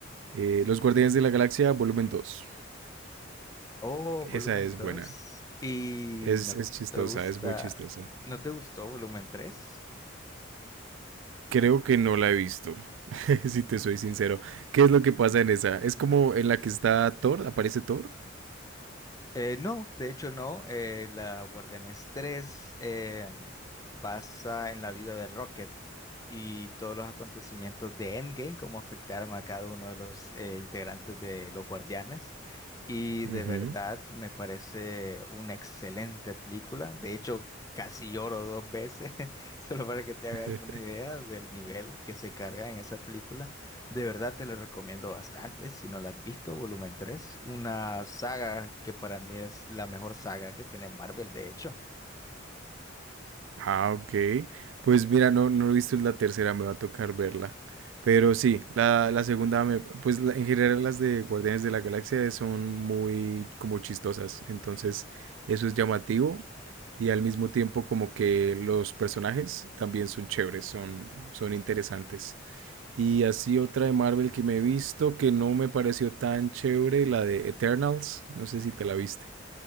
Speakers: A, on the right; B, on the left.
A: Eh, Los Guardianes de la Galaxia, volumen dos,
B: Oh,
A: Esa
B: volumen
A: es
B: dos
A: buena.
B: ¿Y
A: Es,
B: no
A: es chistosa,
B: te gusta,
A: es muy chistosa.
B: no te gustó volumen 3?
A: Creo que no la he visto, <laughs> si te soy sincero. ¿Qué es lo que pasa en esa? ¿Es como en la que está Thor? ¿Aparece Thor?
B: Eh, no, de hecho no. eh, la Guardianes tres eh, basa en la vida de Rocket y todos los acontecimientos de Endgame, cómo afectaron a cada uno de los eh, integrantes de los Guardianes. Y
A: Ujú.
B: de verdad me parece una excelente película. De hecho, casi lloro dos veces, <laughs> solo para que te
A: <laughs>
B: hagas una idea del nivel que se carga en esa película. De verdad te lo recomiendo bastante. Si no la has visto, volumen tres una saga que para mí es la mejor saga que tiene Marvel, de hecho.
A: Ah, ok. Pues mira, no, no he visto la tercera, me va a tocar verla. Pero sí, la, la segunda, me, pues la- en general las de Guardianes de la Galaxia son muy como chistosas. Entonces, eso es llamativo. Y al mismo tiempo como que los personajes también son chéveres, son, son interesantes. Y así otra de Marvel que me he visto que no me pareció tan chévere, la de Eternals. No sé si te la viste.